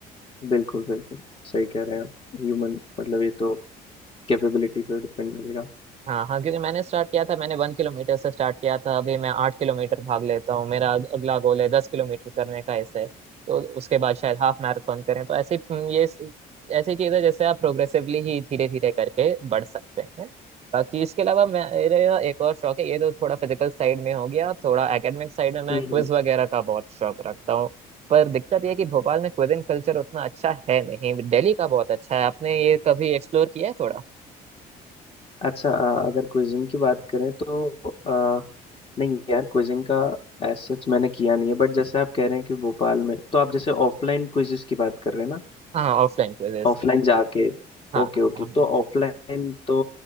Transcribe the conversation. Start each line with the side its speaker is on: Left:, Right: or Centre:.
Left: बिल्कुल बिल्कुल सही कह रहे हैं आप ह्यूमन मतलब ये तो कैपेबिलिटी पे डिपेंड करेगा
Right: हाँ हाँ क्योंकि मैंने स्टार्ट किया था मैंने वन किलोमीटर से स्टार्ट किया था अभी मैं आठ किलोमीटर भाग लेता हूँ मेरा अगला गोल है दस किलोमीटर करने का ऐसे तो उसके बाद शायद हाफ मैराथन करें तो ऐसे हम्म, ये ऐसी चीज है जैसे आप प्रोग्रेसिवली ही धीरे धीरे करके बढ़ सकते हैं बाकी इसके अलावा मेरा एक और शौक है ये तो थोड़ा फिजिकल साइड में हो गया थोड़ा एकेडमिक साइड में मैं
Left: हम्म
Right: क्विज वगैरह का बहुत शौक रखता हूँ पर दिक्कत ये है कि भोपाल में क्विजिंग कल्चर उतना अच्छा है नहीं दिल्ली का बहुत अच्छा है आपने ये कभी एक्सप्लोर किया है थोड़ा
Left: अच्छा अ, अगर क्विजिंग की बात करें तो अ, नहीं यार क्विजिंग का एज सच मैंने किया नहीं है बट जैसे आप कह रहे हैं कि भोपाल में तो आप जैसे ऑफलाइन क्विजिस की बात कर रहे हैं ना
Right: हाँ ऑफलाइन क्विजेस
Left: ऑफलाइन जाके
Right: हाँ
Left: ओके
Right: हाँ
Left: ओके
Right: हाँ हाँ।
Left: तो ऑफलाइन तो